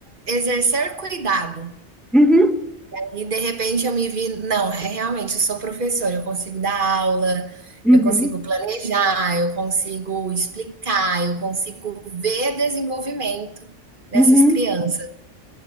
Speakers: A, on the right (about 45°); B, in the centre.
A: exercer cuidado,
B: Uhum,
A: e de repente eu me vi, não, é realmente eu sou professora, eu consigo dar aula,
B: uhum,
A: eu consigo planejar, eu consigo explicar, eu consigo ver desenvolvimento nessas
B: uhum.
A: crianças.